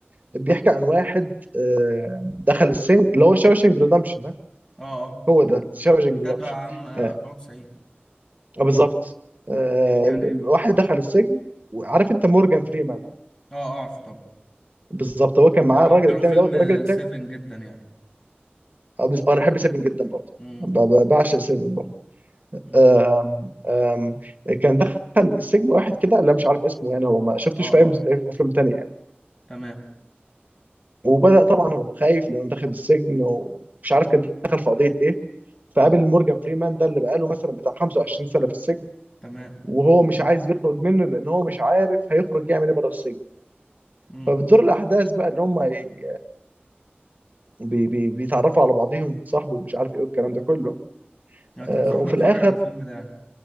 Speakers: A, on the right (about 45°); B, on the left (about 20°).
A: بيحكي عن واحد آه، دخل السجن اللي هو شاوشنج ريدمشن
B: اه اه
A: هو ده شاوشنج
B: انتاج
A: ريدمشن
B: عام 94
A: آه، بالظبط آه،
B: بيحكي عن
A: ال-
B: ايه
A: الواحد
B: بقى
A: دخل السجن وعارف انت مورجان فريمان آه؟
B: اه آه، اعرفه طبعا
A: بالظبط هو كان معاه
B: انا بحب
A: الراجل
B: له
A: التاني
B: فيلم
A: دوت
B: آه،
A: الراجل التاني
B: سيفن جدا يعني
A: آه، بز- انا بحب سيفن جدا برضه
B: امم
A: ب- ب- بعشق سيفن برضه
B: أمم.
A: آم، آم، كان دخل السجن واحد كده لا مش عارف اسمه يعني هو ما شفتوش
B: اه اه
A: في اي مس- في افلام تانية يعني
B: تمام
A: وبدأ طبعا هو خايف لانه دخل السجن ومش عارف كان دخل في قضية ايه فقابل مورجان فريمان ده اللي بقاله مثلا بتاع 25 سنة في السجن
B: تمام
A: وهو مش عايز يخرج منه لان هو مش عارف هيخرج يعمل ايه بره السجن
B: امم
A: فبتدور الاحداث بقى ان هم ي- بي بي بيتعرفوا على بعضهم ويتصاحبوا ومش عارف ايه والكلام ده كله
B: يعني تنصحنا
A: آه، وفي
B: اتفرج
A: الاخر
B: على الفيلم ده يعني